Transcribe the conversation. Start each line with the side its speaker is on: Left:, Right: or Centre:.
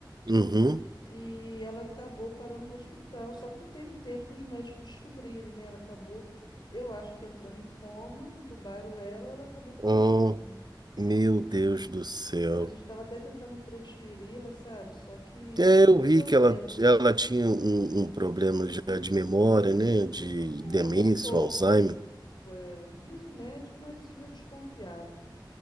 Right: Uhum.
Left: E ela acabou parando no hospital, só que não teve tempo dos médicos descobrirem, né? Ela acabou, eu acho que entrando em coma, entubaram ela, ela acabou falecendo.
Right: Oh, meu Deus do céu.
Left: A gente estava até tentando transferi-la, sabe? Só que
Right: É, eu
Left: nem
Right: vi
Left: deu
Right: que
Left: tempo.
Right: ela, ela tinha um, um problema já de memória, né, de
Left: É,
Right: demência,
Left: bem pouco,
Right: Alzheimer.
Left: bem pouco, é. Diz o médico, mas diz eu desconfiava.